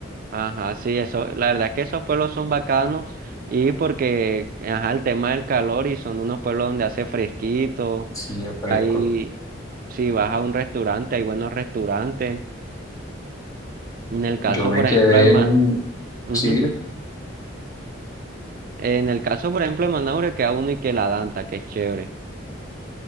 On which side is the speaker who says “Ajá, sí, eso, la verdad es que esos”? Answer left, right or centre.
Right